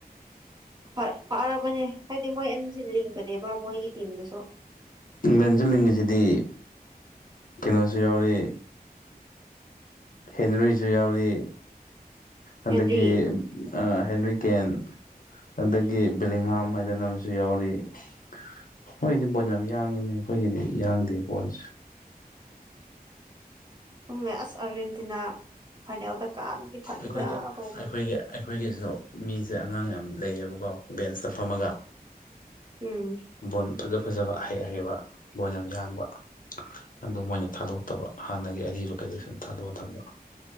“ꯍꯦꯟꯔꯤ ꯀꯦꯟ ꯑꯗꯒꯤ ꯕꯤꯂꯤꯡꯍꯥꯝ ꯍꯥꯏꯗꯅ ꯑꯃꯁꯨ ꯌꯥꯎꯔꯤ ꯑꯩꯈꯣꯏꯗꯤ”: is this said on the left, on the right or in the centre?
Left